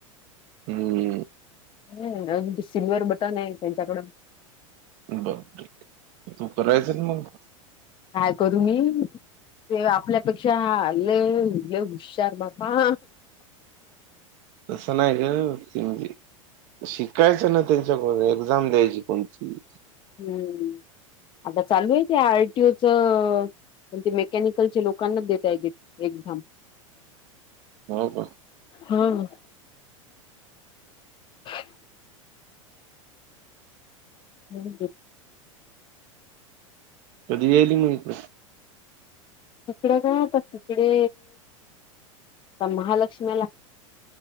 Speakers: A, on the right; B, on the left.
A: हम्
B: ह अ सिल्वर बटन आहे त्यांच्याकडून
A: बरठीक तू करायच मग
B: काय करू मी ते आपल्यापेक्षा आले हुशार बापा
A: तर च नाही एक तिमली शिकायचं ना त्यांच्या को एक्झाम द्यायची कोणती
B: हम्म आता चालू आहे ते आरटीओच पण ते मेकॅनिकलच्या लोकांनाच देेतय एक्झाम
A: हो का
B: हम् ह ह
A: कधी येली मत
B: तिकड काय तिकडे आता महालक्ष्मीला